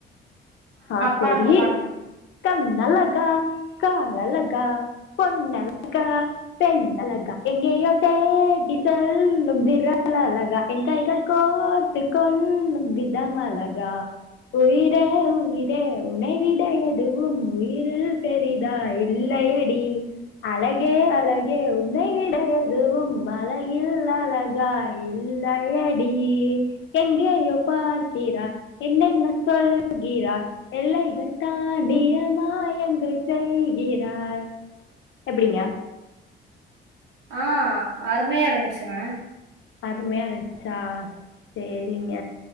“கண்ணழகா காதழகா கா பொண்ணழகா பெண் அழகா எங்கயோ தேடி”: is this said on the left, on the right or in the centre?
Left